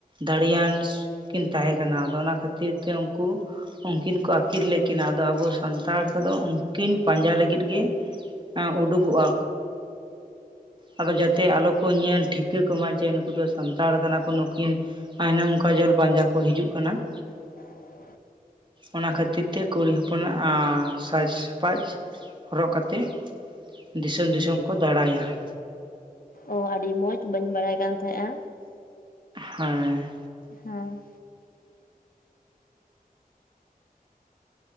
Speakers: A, on the right; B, on the left.
A: ᱫᱟᱲᱮᱭᱟᱱ ᱥᱩᱜ ᱠᱤᱱ ᱛᱟᱦᱮ ᱠᱟᱱᱟ ᱟᱫᱚ ᱚᱱᱟ ᱠᱷᱟᱹᱛ- -ᱛᱤᱨ ᱛᱮ ᱩᱝᱠᱩ ᱩᱝᱠᱤᱱ ᱠᱚ ᱟᱠᱤᱨ ᱞᱮᱜ ᱠᱤᱱᱟ, ᱟᱫᱚ ᱟᱵᱚ ᱥᱟᱱᱛᱟᱲ ᱠᱚᱫᱚ ᱩᱝ- -ᱠᱤᱱ ᱯᱟᱸᱡᱟ ᱞᱟᱜᱤᱫ ᱜᱮ ᱮᱸ ᱩᱰᱩᱜᱚᱜᱼᱟ᱾ ᱟᱫᱚ ᱡᱟᱛᱮ ᱟᱞᱚ ᱠᱚ ᱧᱮᱞ ᱴᱷᱤᱠᱟᱹ ᱠᱚᱢᱟ ᱡᱮ ᱱᱩᱠᱩ ᱫᱚ ᱥᱟᱱᱛᱟᱲ ᱠᱟᱱᱟ ᱠᱚ᱾ ᱱᱩᱠᱤᱱ ᱟᱭᱱᱚᱢ ᱠᱟᱡᱚᱞ ᱯᱟᱸᱡᱟ ᱠᱚ ᱦᱤᱡᱩᱜ ᱠᱟᱱᱟ ᱾
B: <inaudible>
A: ᱚᱱᱟ ᱠᱷᱟᱹᱛᱤᱨ ᱛᱮ ᱠᱩᱲᱤ ᱦᱚᱯᱚᱱᱟᱜ ᱥᱟᱡᱽ ᱥᱟᱯᱟᱡᱽ ᱦᱚᱨᱚᱜ ᱠᱟᱛᱮᱜ, ᱫᱤᱥᱚᱢ ᱫᱤᱥᱚᱢ ᱠᱚ ᱫᱟᱬᱟᱭᱟ ᱾
B: ᱚ ᱟᱹᱰᱤ ᱢᱚᱸᱡᱽ ᱾ ᱵᱟᱹᱧ ᱵᱟᱲᱟᱭ ᱠᱟᱱ ᱛᱟᱦᱮᱸᱜᱼᱟ᱾
A: ᱦᱮᱸ,
B: ᱦᱮᱸ,